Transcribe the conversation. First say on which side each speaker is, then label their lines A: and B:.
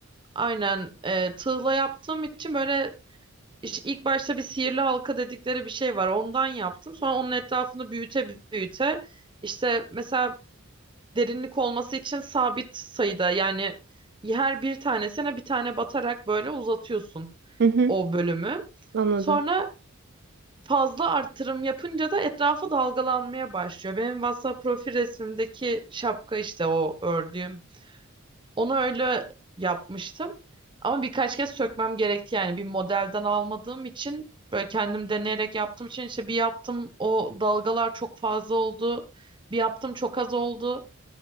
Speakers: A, on the right; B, on the right.
A: Aynen e, tığla yaptığım için böyle iş- ilk başta bir sihirli halka dedikleri bir şey var. Ondan yaptım. Sonra onun etrafını büyüte büyüte işte mesela derinlik olması için sabit sayıda yani her bir tanesine bir tane batarak böyle uzatıyorsun
B: Hı hı.
A: o bölümü.
B: Anladım.
A: Sonra fazla artırım yapınca da etrafı dalgalanmaya başlıyor. Benim WhatsApp profil resmimdeki şapka işte o ördüğüm. Onu öyle yapmıştım. Ama birkaç kez sökmem gerekti yani bir modelden almadığım için böyle kendim deneyerek yaptığım için işte bir yaptım o dalgalar çok fazla oldu. Bir yaptım çok az oldu.